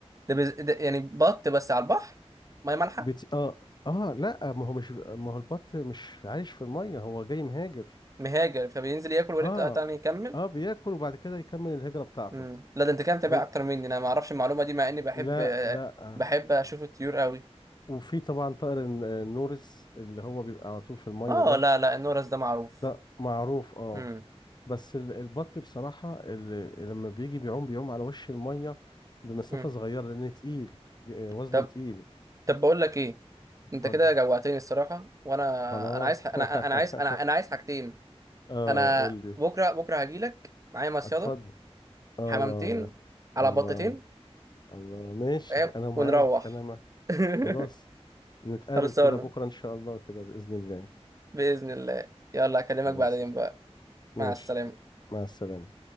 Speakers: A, on the right; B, on the left.
A: ده, بز... ده يعني بط بس على البحر ميه مالحه
B: وبت... آه آه لا ما هو مش ما هو البط مش عايش في المية هو جاي مهاجر
A: مهاجر فبينزل ياكل ويرجع
B: آه
A: لا تاني يكمل
B: آه بياكل وبعد كده يكمل الهجرة بتاعته
A: مم. لا ده انت كده متابع
B: بس
A: اكتر مني انا ما اعرفش المعلومه دي مع اني بحب
B: لا لا آه،
A: بحب اشوف الطيور قوي
B: وفي طبعا طائر الن- النورس اللي هو بيبقى على طول في المية
A: اه
B: ده
A: لا لا النورس ده معروف
B: ده معروف اه
A: مم.
B: بس ال- البط بصراحة ال- لما بيجي بيعوم بيعوم على وش المية بمسافة
A: مم.
B: صغيرة لأن تقيل ج- وزنه
A: طب
B: تقيل
A: طب بقول لك ايه
B: اتفضل
A: انت كده جوعتني الصراحه وانا
B: خلاص
A: انا عايز ح...
B: <laughs>
A: انا انا عايز انا انا عايز حاجتين
B: اه
A: انا
B: قول لي
A: بكره بكره هاجي لك معايا مصيده
B: اتفضل اه
A: حمامتين على
B: الله
A: بطتين
B: الله ماشي
A: فاهم؟
B: انا معاك
A: ونروح
B: انا معاك
A: <laughs>
B: خلاص نتقابل
A: خلصانه
B: كده بكرة ان شاء الله كده بإذن الله
A: باذن الله يلا اكلمك
B: خلاص
A: بعدين بقى
B: ماشي
A: مع السلامه
B: مع السلامة